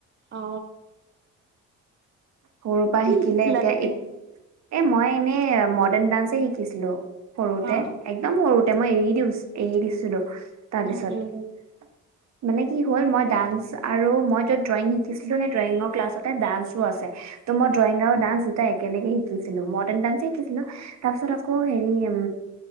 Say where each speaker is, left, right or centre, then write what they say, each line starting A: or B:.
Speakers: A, on the right; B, on the right.
A: অ।
B: সৰুৰ পৰা
A: কি
B: শিকিলে
A: শিকিছিলা
B: এতিয়া
A: তুমি?
B: এক এ মই এনেই মডাৰ্ণ ডান্সে শিকিছিলো সৰুতে
A: অ।
B: একদম সৰুতে। এয়া মই এৰি দি এৰি দিছিলো তাৰপিছত।
A: উম উম
B: মানে কি হ'ল মই ডান্স আৰু মই য'ত ড্ৰয়িং শিকিছিলো, সে ড্ৰয়িঙৰ ক্লাছতে ডান্সো আছে। তোমাৰ ড্ৰয়িং আৰু ডান্স দুটা একেলগে শিকিছিলো, মডাৰ্ণ ডান্সো শিকিছিলো। তাৰ পিছত আকৌ হেৰি উম।